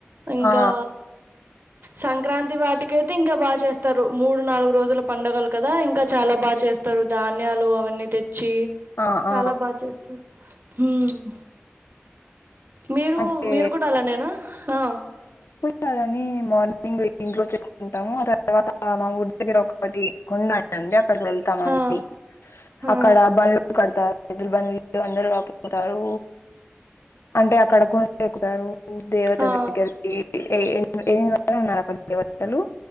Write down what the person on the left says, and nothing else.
ఆ!
ఆ!
ఆ!
అంటే
సదని మార్నింగ్ ఇంట్లో ఎక్కుంటాము ఆ తర్వాత మా ఊరి దగ్గర ఒకటి కొండ <unintelligible> ండి అక్కడికి వెళ్తామ అండి
అక్కడ బళూ కడతారు ఇద్ద బ <unintelligible> అందరుూ కాకపోతారు అంటే <unintelligible> క్కడ కొ ఎకుతారు దేవతల
దగ్గరకి ఏ ఉన్నారు అక్కడ దేవత <unintelligible> లు